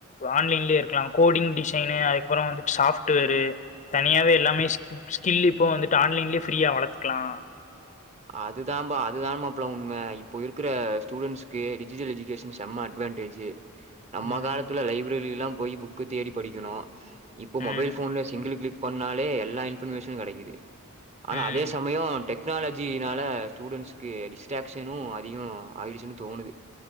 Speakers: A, on the left; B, on the right.
A: ஆன்லைன்லேயே இரு கல கோடிங் டிசைனு அதுக்கப்பற வந்துட்டு சாப்ட் டுவேரு தனியாவே எல்லாமே ஸ்கிப் ஸ்கில் இப்போ வந்துட்டு ஆன்லைன்லயே ஃப்ரீயா வளத்துக்கலா
B: அதுதா பா அதுதான மாப்ள உண்ம இப்ப இருக்குற ஸ்டூடண்ட்ஸ்கு டிஜிட்டல் எஜ் ஜிகேஷன் செம்ம அட்வான்டேஜ் நம்ம
A: ம்.
B: காலத்துல லைப்ரரிலா போய் புக்கு தேடி படிக்கணு இப்போ மொபைல்
A: ம்.
B: ஃபோன்ல சிங்கிள் கிளிக் பண்ணாலே எல்லா இன்ஃபர்மேஷனு கெடைக்குது
A: ம்.
B: ஆனா அதே சமயம் டெக்னால ஜினால ஸ்டூடெண்ட்ஸ்க்கு டிஸ்ட்ராக்ஷனு அதிகோ ஆயிடுச்சுன்னு தோணுது